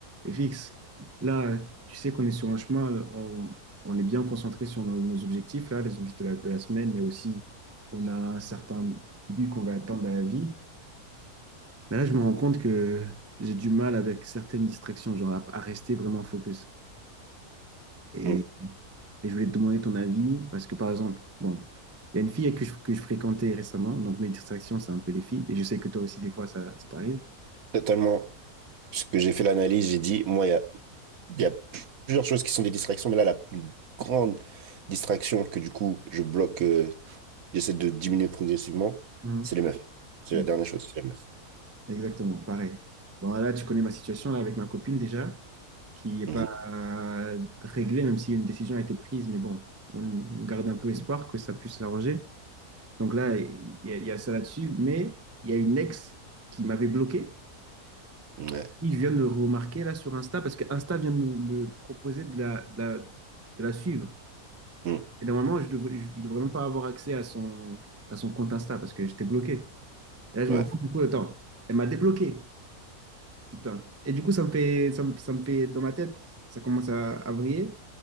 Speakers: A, on the right (about 20°); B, on the right (about 65°).
A: Et fixe, là, tu sais qu'on est sur un chemin, on, on est bien concentré sur nos, nos objectifs, là, les objectifs de la, de la semaine, mais aussi on a un certain but qu'on va atteindre dans la vie. Mais là, je me rends compte que j'ai du mal avec certaines distractions, genre à, à rester vraiment focus. Et,
B: Mm.
A: et je voulais te demander ton avis, parce que par exemple, bon, il y a une fille que je, que je fréquentais récemment, donc mes distractions, c'est un peu les filles, et je sais que toi aussi, des fois, ça, ça t'arrive.
B: Totalement. Parce que j'ai fait l'analyse, j'ai dit, moi, il y a, il y a plusieurs choses qui sont des distractions, mais là, la plus grande distraction que du coup, je bloque, euh, j'essaie de diminuer progressivement,
A: Mhm.
B: c'est les meufs. C'est
A: Mhm.
B: la dernière chose, c'est les meufs.
A: Exactement, pareil. Bon, là, tu connais ma situation là, avec ma copine déjà, qui n'est
B: Mhm.
A: pas euh, réglée, même si une décision a été prise, mais bon, on, on garde un peu espoir que ça puisse s'arranger. Donc là, il y, a il y a ça là-dessus, mais il y a une ex qui m'avait bloqué.
B: Ouais.
A: Oui, je viens de le remarquer là sur Insta parce que Insta vient de me me proposer de la, de la, de la suivre.
B: Mm.
A: Et normalement, je devrais, je devrais même pas avoir accès à son, à son compte Insta parce que j'étais bloqué. Et là, je
B: Ouais.
A: m'en rends compte, du coup, attends, elle m'a débloqué. Putain. Et du coup, ça me fait, ça me, ça me fait, dans ma tête, ça commence à, à vriller.